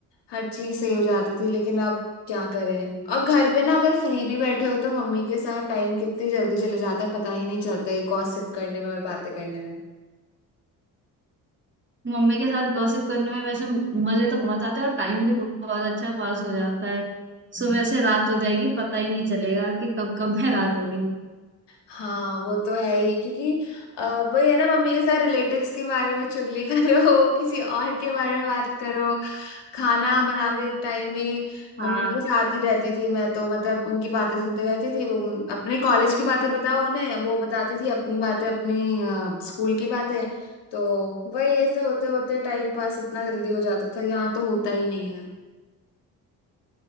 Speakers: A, on the left; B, on the right.
A: हर चीज सही हो जाती थी लेकिन अब क्या करें और घर पे ना अगर फ्री भी बैठे हो तो मम्मी के साथ टाइम कितनी जल्दी चले जाता है पता ही नहीं चलता है गॉसिप करने में और बातें करने
B: मम्मी के साथ गॉसिप करने में वैसे मजे तो बहुत आते हैं और टाइम भी बहुत अच्छा पास हो जाता है
A: में
B: सुबह से रात हो जाएगी पता ही नहीं चलेगा कि कब कब में रात हो गई
A: हाँ वो तो है ही क्योंकि अह, वही है ना मम्मी के साथ रिलेटिव्स के बारे में चुगली <laughs> करो किसी और के बारे में बात करो खाना बनाते टाइम भी
B: हाँ
A: मम्मी के साथ ही रहती थी मैं तो मतलब उनकी बातें सुनते रहती थी वो अपने कॉलेज की बातें बताओ उन्हें वो बताती थी अपनी बातें अपनी स्कूल की बातें तो वही ऐसे होते होते टाइम पास इतना जल्दी हो जाता था यहाँ तो होता ही नहीं है